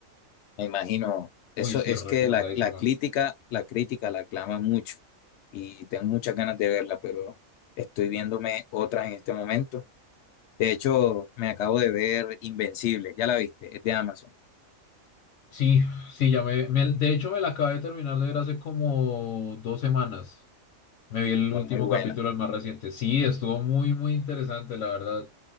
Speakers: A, on the left; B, on the left.
A: Me imagino, eso
B: Uy, sí,
A: es
B: recomendadísima.
A: que la, la crítica, la crítica la aclama mucho y tengo muchas ganas de verla, pero estoy viéndome otra en este momento. De hecho, me acabo de ver Invencible, ya la viste, es de Amazon,
B: Sí, sí, ya me, me- de hecho me la acabé de terminar de ver hace como dos semanas. Me vi el
A: fue
B: último
A: muy buena.
B: capítulo, el más reciente. Sí, estuvo muy, muy interesante, la verdad.